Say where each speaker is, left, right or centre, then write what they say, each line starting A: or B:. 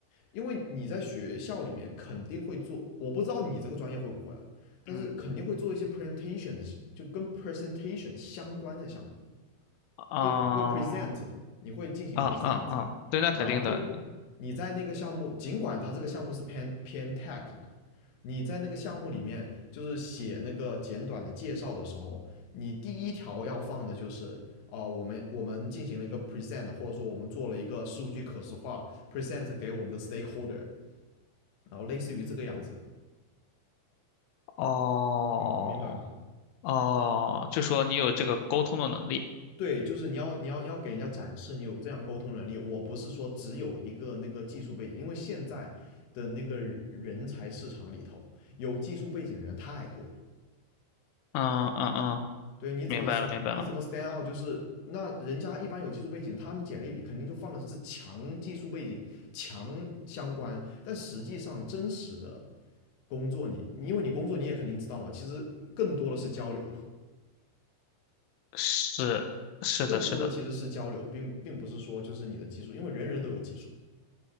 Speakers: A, on the left (about 65°); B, on the left (about 85°).
A: 因为你在学校里面肯定会做，我不知道你这个专业会不会啊，但是肯定会做一些
B: 嗯
A: presentation 的，就跟 presentation 相关的项目。
B: 嗯
A: 就你会 present 的，你会进行
B: 嗯嗯嗯，
A: present，
B: 对，那肯定的。
A: 然后呢，你在那个项目，尽管它这个项目是偏偏 tech 的，你在那个项目里面就是写那个简短的介绍的时候，你第一条要放的就是哦、呃我们我们进行了一个 present，或者说我们做了一个数据可视化 present 给我们的 stakeholder，然后类似于这个样子的，
B: 哦
A: 明明白吗？
B: 哦，就说你有这个沟通的能力。
A: 对，就是你要你要你要给人家展示你有这样沟通能力。我不是说只有一个那个技术背景，因为现在的那个人才市场里头，有技术背景的人太多了。
B: 嗯嗯嗯，
A: 对，你怎么你怎么
B: 明白了明白了。
A: stand out？就是那人家一般有技术背景，他们简历里肯定就放的是强技术背景、强相关，但实际上真实的工作你，你因为你工作你也肯定知道嘛，其实更多的是交流，
B: 是是的是的。
A: 更多的其实是交流，并并不是说就是你的技术，因为人人都有技术。